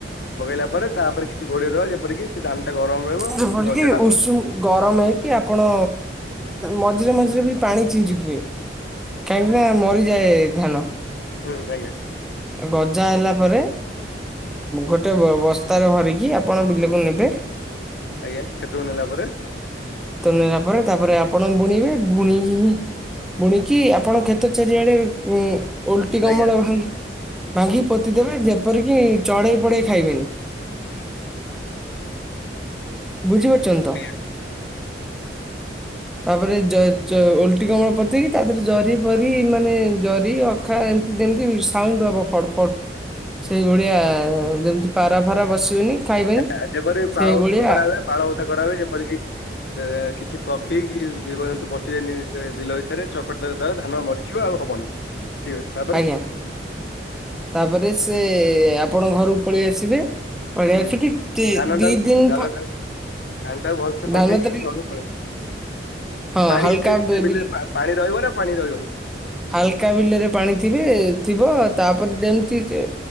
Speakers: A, on the left; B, in the centre.
A: ପକେଇଲା ପରେ ତାପରେ କିଛି ଘୋଡେଇ ଦବା ଯେପରିକି ସେ ଧାନଟା ଗରମ ରହିବ
B: ଯେପରିକି
A: ସେ ଗଜାଟା
B: ଉଷୁମ
A: ହବ?
B: ଗରମ ହେଇକି ଆପଣ ମଝିରେ ମଝିରେ ବି ପାଣି ଛିଞ୍ଚିଥିବେ। କାହିଁକି ନା
A: ହୁଁ
B: ମରିଯାଏ ଧାନ?
A: ହୁଁ ଆଜ୍ଞା।
B: ଗଜା ହେଲା ପରେ ଗୋଟେ ବସ୍ତାରେ ଭରିକି ଆପଣ ବିଲକୁ ନେବେ। <inaudible>
A: ଆଜ୍ଞା ଖେତକୁ ନେଲା ପରେ
B: ନେଲା ପରେ ତାପରେ ଆପଣ ବୁଣିବେ ବୁଣିକି ହି ବୁଣିକି ଆପଣଙ୍କ କ୍ଷେତ ଚାରିଆଡେ ଉ ଓଲଟି କମଳ
A: ଆଜ୍ଞା
B: ଭାଙ୍ଗି ଭାଙ୍ଗିକି ପୋତି ଦେବେ ଯେପରିକି ଚଢ଼େଇ ପଢେଇ ଖାଇବେନି।
A: <inaudible>
B: ବୁଝିପାରୁଛନ୍ତି
A: ଆଜ୍ଞା।
B: ତ? ତାପରେ ଓଲଟି କମଳ ପୋତିକି ତା ଦେହରେ ଜରି ପରି ମାନେ ଜରି ଅଖା ଏମିତି ଯେମିତି ସାଉଣ୍ଡ ହବ ଫଡ ଫଡ। ସେଇଭଳିଆ ଯେମିତି ପାରା ଫାରା ବସିବେନି। ଖାଇବେନି
A: ଆଜ୍ଞା ଯେପରି ପାଳଭୁତ
B: ସେଇଭଳିଆ
A: କରା ହୁଏ ପାଳ ଭୁତ କରା ହୁଏ ଯେପରିକି କିଛି ପ କେହିବି ଜୀବଜନ୍ତୁ ପଶିବେନି ସେ ବିଲ ଭିତରେ ଚକଟି ଦେବେ ଧାନ ମରିଯିବ ଆଉ ହବନି। ଠିକ ଅଛି ତାପରେ
B: ଆଜ୍ଞା ତାପରେ ସେ ଆପଣଙ୍କ ଘରକୁ ପଳେଇ ଆସିବେ। ପଳେଇଆସିକି
A: ହୁଁ ଧାନ
B: ଦିଇ
A: ଟାକୁ
B: ଦିନ
A: ଧାନ
B: ପ
A: ଟାକୁ ଧାନ ଟା ଭଲସେ ପକେଇକି
B: ଧାନ ତାରି
A: ଜ ପେ
B: ହଁ
A: ପାଣି
B: ହାଲକା
A: ସେ
B: ବି ବିଲ
A: ପାଣି ରହିବ ନା ପାଣି ରହିବନି?
B: ହାଲକା ବିଲରେ ପାଣି ଥିବେ ଥିବ
A: ହୁଁ
B: ତାପରେ ଯେମିତି ସେ